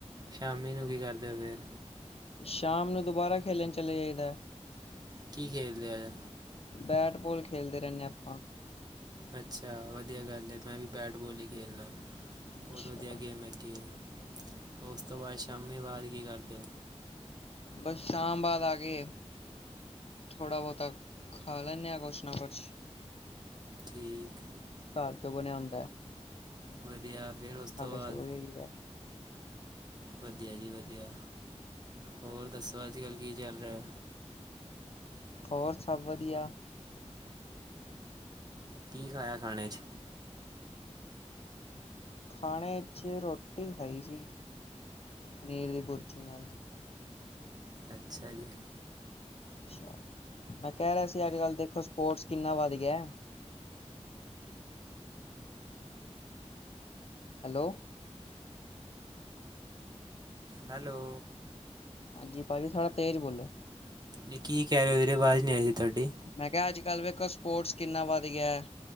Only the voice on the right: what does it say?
ਸ਼ਾਮੀ ਨੂੰ
ਕੀ ਕਰਦੇ ੳ ਫੇਰ?
ਕੀ ਖੇਲਦੇ ਆਯਾ?
ਅੱਛਾ ਵਧੀਆ ਗੱਲ ਏ, ਮੈਂ ਵੀ ਬੈਟ ਬੋਲ ਈ ਖੇਲਨਾ, ਬੋਤ
ਵਧੀਆ ਗੇਮ ਹੈਗੀ ਏ। ੳਸ ਤੋਂ ਬਾਦ ਸ਼ਾਮੀ ਬਾਦ ਕੀ ਕਰਦੇ ੳ?
ਠੀਕ
ਵਧੀਆ, ਫੇਰ ੳਸ ਤੋ ਬਾਦ?
ਵਧੀਆ ਜੀ ਵਧੀਆ। ਹੋਰ ਦੱਸੋ ਅੱਜ-ਕੱਲ ਕੀ ਚੱਲ ਰੇਆ?
ਕੀ ਖਾਆ ਖਾਣੇ ਚ?
ਅੱਛਾ ਜੀ।
ਹੈਲੋ
ਨਈ ਕੀ ਕੈ ਰਏ ੳ ਵੀਰੇ, ਆਵਾਜ ਨਈ ਆਈ ਸੀ ਤੁਹਾਡੀ।